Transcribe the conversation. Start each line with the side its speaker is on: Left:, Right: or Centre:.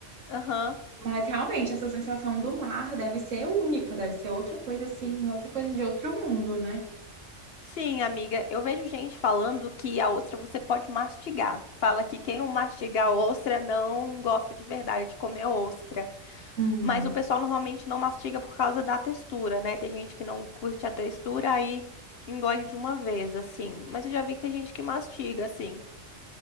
Left: Aham.
Right: Mas realmente, essa sensação do mar deve ser única, deve ser outra coisa assim, outra coisa de outro mundo, né?
Left: Sim, amiga. Eu vejo gente falando que a ostra você pode mastigar. Fala que quem não mastiga a ostra não gosta de verdade de comer ostra.
Right: Hum.
Left: Mas o pessoal normalmente não mastiga por causa da textura, né? Tem gente que não curte a textura, aí engole de uma vez, assim. Mas eu já vi que tem gente que mastiga, assim.